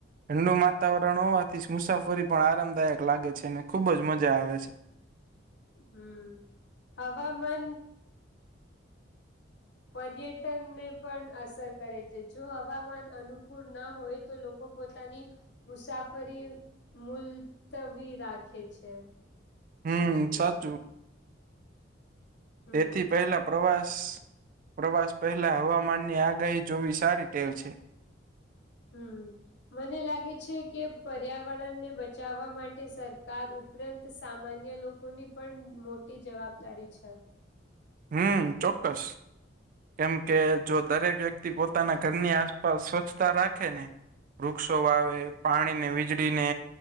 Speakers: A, on the right; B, on the left.
A: ઠંડુ વાતાવરણ હોવાથી મુસાફરી પણ આરામદાયક લાગે છે અને ખુબ જ મજા આવે છે.
B: હમ્મ, હવામન પર્યટન ને પણ અસર કરે છે જો હવામાન અનુકૂળ ના હોય તો લોકો પોતાની મુસાફરી મુલતવી રાખે છે.
A: હમ
B: લધવીરા.
A: સાચું
B: હમ
A: તેથી પહેલા પ્રવાસ પ્રવાસ પહેલા હવામાનની આગાહી જોવી સારી ટેવ છે.
B: હમ્મ, મને લાગે છે કે પર્યાવરણને બચાવવા માટે સરકાર ઉપ રાંત સામાન્ય લોકોની પણ મોટી જવાબદારી છે.
A: હમ્મ, ચોક્કસ. કેમ કે જો દરેક વ્યક્તિ પોતાના ઘરની આસપાસ સ્વચ્છતા રાખે ને વૃક્ષો વાવે પાણીને વીજળીને